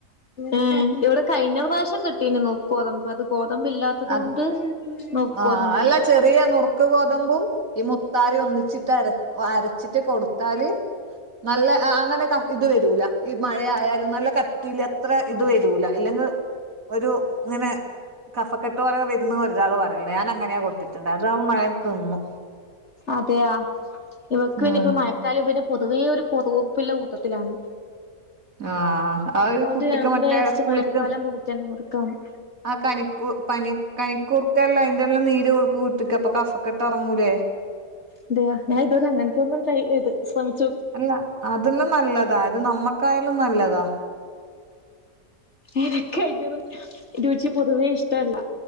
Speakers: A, on the left (about 45°); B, on the right (about 60°).
A: ഏ ഇവിടെ കഴിഞ്ഞ പ്രാസ്യം കിട്ടീനു ന്നു ഗോതമ്പ് അത് ഗോതമ്പ് ഇല്ലാത്തത്
B: അത്
A: കൊണ്ട് നുക്കോതമ്പ്
B: ആഹ് അല്ല
A: കിട്ടി.
B: ചെറിയ ന്നുർ ക്ക് ഗോതമ്പും ഈ മുത്താറി ഒന്നിച്ചിട്ട് അര അരച്ചിട്ട് കൊടുത്താൽ നല്ല അ ഹ അങ്ങനെ ക ഇത് വരൂല ഈ മഴയാലും നല്ല കത്തിൽ അത്ര ഇത് വരൂല ഇല്ലെങ്കി ഒരു ഇങ്ങനെ കഫക്കെട്ട് പോലെ വരുന്ന ഒരാള് ഞാൻ അങ്ങനെയാ കൊടുത്തെ മയ തിന്നു
A: അതെയ ഇവക്ക് പിന്നെ
B: ഉം
A: ഇപ്പ മഴക്കാല പിന്നെ പൊതുവേ ഒരു കൊതുവുർപ്പില്ല കൂട്ടത്തിലാണ്
B: ആഹ അഹ്
A: അതുകൊണ്ട്
B: കുട്ടിക്ക്
A: ഞാൻ പിന്നെ
B: മറ്റേ
A: വിചാരിച്ച്
B: സ്കുളിക്ക്.
A: മഴക്കാലം പോയിട്ടന്നെ കൊടുക്കാന്ന്
B: ആ കനികു പനി കനിക്കൂർകൽ അയിന്റെ എല്ലാം നീര് കൊട്ക് കുട്ടി ക് പ്പം കഫകെട്ട് ഇറങ്ങൂലേ.
A: അതെയാ ഞാൻ ഇതുവരെ അങ്ങനത്തെ ഒന്നും ട്രേ എയ്ത് ശ്രമിച്ചു
B: അല്ല അതല്ലാം നല്ലതാ അത് നമ്മക്കായാലും നല്ലതാ
A: എനിക്ക്‌ അയിന്റോന്നും രുചി പൊതുവേ ഇഷ്ടല്ല